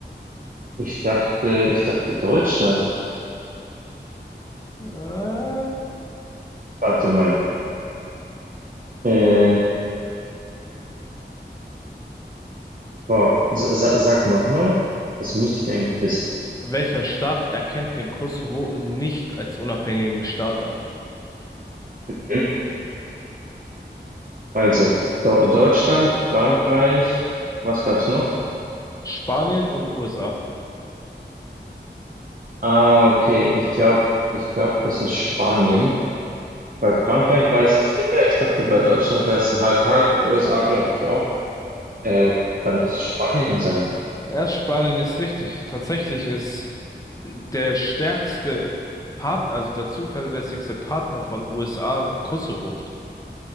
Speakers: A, on the right (about 50°); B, on the left (about 20°).
A: ich dachte, ich dachte Deutschland.
B: Äh,
A: Warte mal. Äh, oh, sa sa- sag nochmal. Das müsste ich eigentlich wissen.
B: welcher Staat erkennt den Kosovo nicht als unabhängigen Staat an?
A: Mhm. Also, Do Deutschland, Frankreich, was gab's noch?
B: Spanien und USA.
A: Ah, okay. Ich glaube, ich glaube, das ist Spanien. Bei
B: Ja.
A: Frankreich weiß ich sicher. Ich dachte, bei Deutschland wäre es halb halb. USA glaube ich auch. Ähm, dann muss es Spanien sein.
B: Ja, Spanien ist wichtig. Tatsächlich ist der stärkste Partner, also der zuverlässigste Partner von USA, Kosovo.